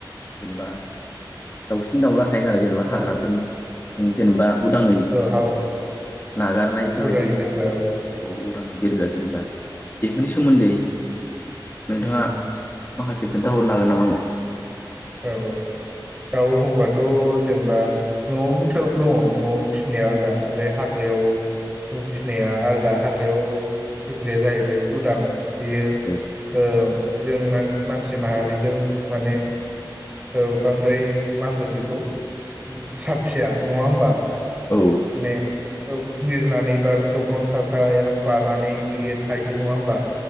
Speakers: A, on the left; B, on the right.
A: जेनेबा दाउसिन दाउला <unintelligible> जेनेबा
B: औ
A: हाग्राफोरनि जों जेनेबा उदाङै
B: हाव
A: नागारनाय बेफोरबायदि
B: अर्डारनि बेलायाव
A: औ उदाङै बिरग्रा जेनेबा बेफोरनि
B: उम
A: सोमोन्दै नोंथाङा
B: उम
A: माखासे खोन्थाहरनो हागोन नामा आंनो।
B: औ औ दाउ होनबाथ जेनेबा नआव <unintelligible> दङ नआव फिनाया आलादा ओमफ्राय हाग्रायाव फिनाया आलादा हाग्रायाव फिग्राया जाहैबाय उदां। बियो
A: औ
B: ओ जों मान मानसि माहारिजों माने ओ बांद्राय मा होनगोन बेखौ साब फिया नङा होमबा?
A: औ
B: माने बिरनानै बा दंफां सा सायाव बानानै बियो थायो नङा होमबा